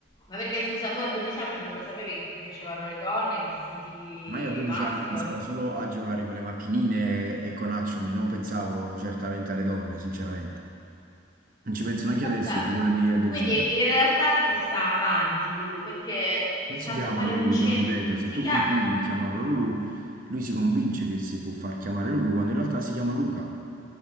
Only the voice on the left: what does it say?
Ma perché scusa, tu a 12 anni non lo sapevi che ti piacevano le donne, che ti sentivi
maschio?
Ma
pensa,
quindi
in realtà ti sta avanti Lulu perché
sa
già fare
l'uncine.
Si
chiama